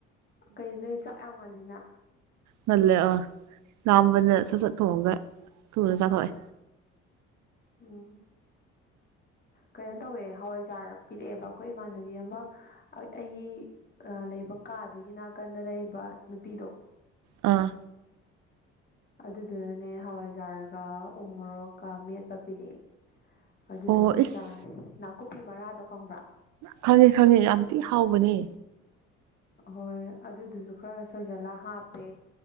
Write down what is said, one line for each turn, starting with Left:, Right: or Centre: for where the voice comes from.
Left: ꯀꯩꯅꯅꯦ ꯆꯥꯛ ꯌꯥꯝ ꯉꯜꯂꯤꯅ
Right: ꯉꯜꯂꯦ ꯑꯥ ꯂꯥꯝꯕꯅ ꯁꯠ ꯁꯠ ꯊꯣꯡꯉꯒ ꯊꯨꯅ ꯆꯥꯊꯣꯛꯑꯦ
Left: ꯎꯝ ꯀꯩꯅꯣ ꯇꯧꯋꯦ ꯍꯋꯥꯏꯖꯥꯔ ꯄꯤꯔꯛꯑꯦꯕ ꯑꯩꯈꯣꯏ ꯏꯃꯥꯟꯅꯕꯤ ꯑꯃ ꯑꯩꯒꯤ ꯂꯩꯕ ꯀꯥꯗꯨꯒꯤ ꯅꯥꯀꯟꯗ ꯂꯩꯕ ꯅꯨꯄꯤꯗꯣ
Right: ꯑꯥ
Left: ꯑꯗꯨꯗꯨꯅꯅꯦ ꯍꯋꯥꯏꯖꯥꯔꯒ ꯎ ꯃꯣꯔꯣꯛꯀ ꯃꯦꯠꯄ ꯄꯤꯔꯛꯑꯦ ꯑꯗꯨꯗꯨꯒ
Right: ꯑꯣ ꯏꯁ
Left: ꯆꯥꯔ ꯅꯥꯀꯨꯞꯄꯤ ꯃꯔꯥꯗꯣ ꯈꯪꯕ꯭ꯔꯥ
Right: ꯈꯪꯉꯤ ꯈꯪꯉꯤ ꯌꯥꯝꯗꯤꯤ ꯍꯥꯎꯕꯅꯤ
Left: ꯍꯣꯏ ꯑꯗꯨꯗꯨꯁꯨ ꯈꯔ ꯁꯣꯏꯖꯜꯂ ꯍꯥꯞꯄꯦ